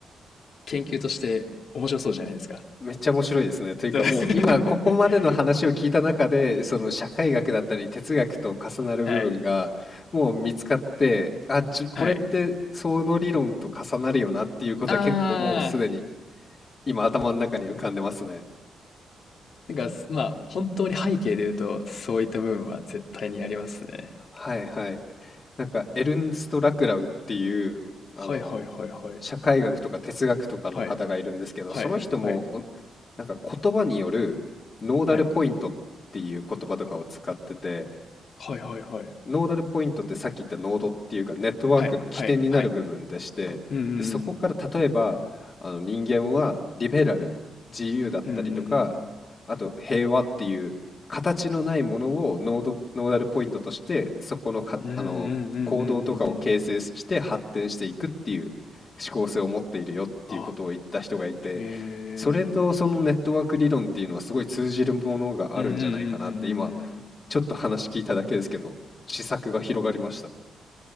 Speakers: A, on the left (about 55°); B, on the left (about 35°).
A: 研究として面白そうじゃないですか。
B: めっちゃ面白いですね。というか、
A: そう <laughs>
B: もう今ここまでの話を聞いた中で、その社会学だったり哲学と重なる部分がもう見つかって、
A: はい。
B: あ、じこれってその理論と重なるよなっていうことは結構もうすでに
A: はい。あー、
B: 今頭の中に浮かんでますね。
A: なんか、まあ、本当に背景で言うと、そういった部分は絶対にありますね。
B: はいはい。なんかエルンスト・ラクラウっていうあの
A: はいはいはいはい。
B: 社会学とか哲学とかの方がいるんですけど、
A: はい、はい、
B: その人もお
A: はい、
B: なんか言葉によるノーダルポイントっていう言葉とかを使ってて、
A: はい、はい、はい、はい、
B: ノーダルポイントってさっき言ったノードっていうかネットワークの起点になる部分でして、
A: はい、はい、はい。うんうん
B: で、そこから例えばあの人間はリベラル、自由だったりとか、
A: うん、うん
B: あと平和っていう形のないものをノード、ノーダルポイントとしてそこのか、
A: うんうん、
B: あの行動とかを形成して発展していくっていう
A: うんうんうんうんうんうんうんうんうんうん
B: 思考性を持っているよっていうことを言った人がいて、
A: あ、へえ。
B: それとそのネットワーク理論っていうのはすごい通じるものがあるんじゃないかなって今
A: うんうんうんうんうんうん。
B: ちょっと話聞いただけですけど試作が広がりました。